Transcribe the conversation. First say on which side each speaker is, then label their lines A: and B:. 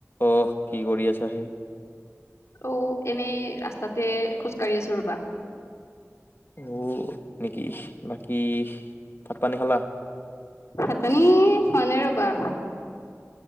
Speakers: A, on the left; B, on the left.
A: অহ কি কৰি আছা সেই?
B: অ এনেই ৰাস্তাতে খোজকাঢ়ি আছো ৰবা ।
A: অ নেকি বাকী ভাত পানী খালা ।
B: ভাত পানী খোৱা নাই ৰব বা